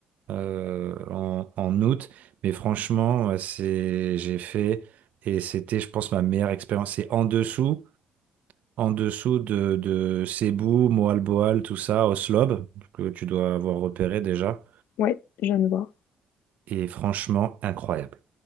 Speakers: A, on the right (about 60°); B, on the left (about 80°).
A: euh, en, en août. Mais franchement, euh, c'est, j'ai fait et c'était, je pense, ma meilleure expérience. C'est en dessous, en dessous de, de Cebu, Moalboal, tout ça, Oslob, que tu dois avoir repéré déjà.
B: ouais, j'aime voir.
A: Et franchement, incroyable.